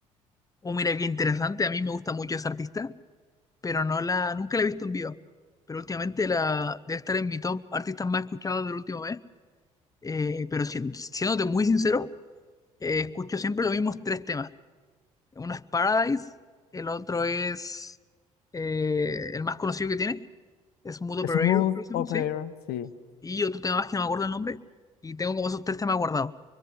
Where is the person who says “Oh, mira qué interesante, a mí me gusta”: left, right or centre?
Left